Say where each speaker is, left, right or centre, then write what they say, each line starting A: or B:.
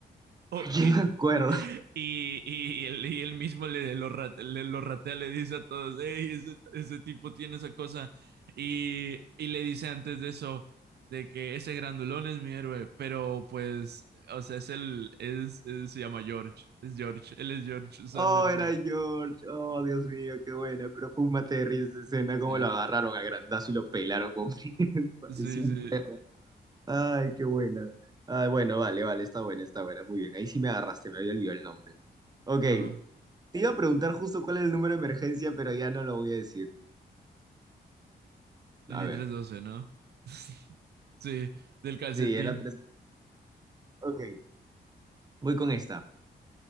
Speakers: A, on the right; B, on the right.
A: Oh,
B: Yo
A: y,
B: <laughs> me acuerdo.
A: y, y él, y él mismo le lo, ra- le lo ratea, le dice a todos, hey, ese, ese tipo tiene esa cosa. Y, y le dice antes de eso, de que ese grandulón es mi héroe, pero pues, o sea, es el, es, es- se llama George, es George, él es George Sanderson.
B: Oh, era George. Oh, Dios mío, qué buena. Pero fue un mate de risa esa escena. Cómo
A: Eh,
B: lo agarraron a grandazo y lo pelaron como <laughs> parecía
A: Sí, sí,
B: un perro. Ay, qué buena. Ah, bueno, vale, vale, está buena, está buena. Muy bien, ahí sí me agarraste, me había olvidado el nombre. Ok,
A: ah,
B: te iba a preguntar justo cuál es el número de emergencia, pero ya no lo voy a decir.
A: treinta
B: A ver,
A: y tres doce ¿no? <laughs> Sí, del calcetín.
B: sí, era tres. Ok, voy con esta.